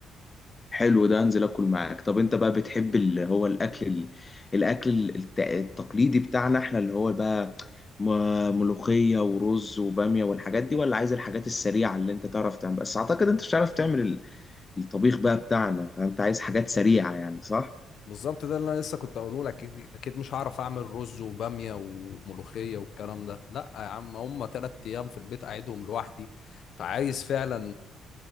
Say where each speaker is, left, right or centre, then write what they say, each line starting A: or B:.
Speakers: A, on the left; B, on the left.
A: حلو ده انزل اكل معاك طب انت بقى بتحب اللي هو الاكل ال- الاكل الت- التقليدي بتاعنا احنا اللي هو بقى م- ملوخية ورز وبامية والحاجات دي ولا عايز الحاجات السريعة اللي انت تعرف تعمل بس اعتقد انت مش هتعرف تعمل ال- الطبيخ بقى بتاعنا فانت عايز حاجات سريعة يعني صح
B: بالظبط ده اللي أنا لسه كنت أقوله لك أكيد أكيد مش هعرف أعمل رز وبامية وملوخية والكلام ده لأ يا عم هما تلات أيام في البيت أقعدهم لوحدي فعايز فعلا